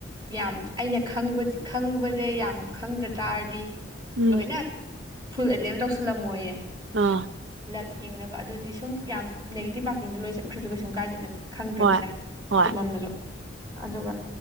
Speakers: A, on the right; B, on the right.
A: ꯌꯥꯝ ꯑꯩꯅ ꯈꯪꯕꯖꯤ ꯈꯪꯕꯖꯦ ꯌꯥꯝ ꯈꯪꯗ꯭ꯔ ꯇꯥꯔꯗꯤ
B: ꯎꯝ
A: ꯂꯣꯏꯅ ꯐꯨꯜ ꯑꯦꯇꯦꯝ ꯇꯧꯁꯜꯂꯝꯃꯣꯌꯦ
B: ꯑꯥ
A: ꯂꯛ ꯌꯦꯡꯅꯕ ꯑꯗꯨꯗꯤ ꯁꯨꯝ ꯌꯥꯝ ꯅꯦꯒꯦꯇꯤꯞ ꯃꯥꯔꯀꯤꯡꯗꯣ ꯂꯣꯏ ꯆꯠꯈ꯭ꯔꯖꯨ ꯀꯩꯁꯨꯝ ꯀꯥꯏꯗꯦ ꯈꯪꯗ꯭ꯔꯃꯤꯅ
B: ꯍꯣꯏ ꯍꯣꯏ
A: ꯆꯨꯝꯃꯝꯕꯖꯨ ꯑꯗꯨꯒ